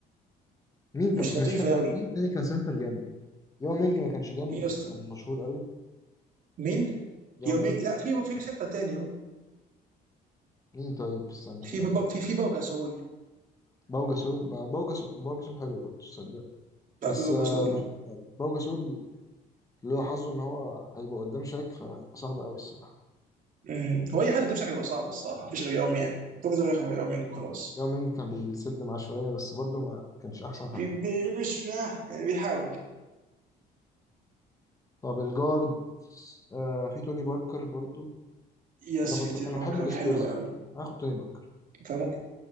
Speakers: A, on the left; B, on the right.
A: مين طب
B: مش لطيفة
A: مش فاكر
B: قوي
A: مين تاني كان سنتر جامد ياو مينج ما كانش جامد
B: في
A: بس
B: يست
A: كان مشهور قوي
B: مين
A: ياو
B: يومين
A: مينج
B: لا في في سنتر تاني
A: مين طيب استنى
B: في
A: كده
B: بب-
A: أما أحط
B: في في بوجا سول
A: باو جاسول با- باو جاسول باو جاسول حلو برضه تصدق
B: لا
A: بس
B: في بوجا
A: آه،
B: سول
A: مش- باو جاسول اللي هو حظه ان هو هيبقى قدام شاك فهيبقى صعب قوي الصراحه
B: مم، هو اي حد ده بشكل يبقى صعب الصراحة مفيش غير يومين بوجا سول غير يومين وخلاص
A: ياو مينج كان بيسد معاه شويه بس برضه ما كانش احسن حاجه
B: بي- بي- مش آه، يعني بيحاول
A: طب الجارد آه في توني باركر برضه
B: يس
A: انا كنت
B: في تيم
A: انا
B: باركر
A: بحب السبيرز
B: حلو قوي
A: أنا هاخد توني باركر
B: فممكن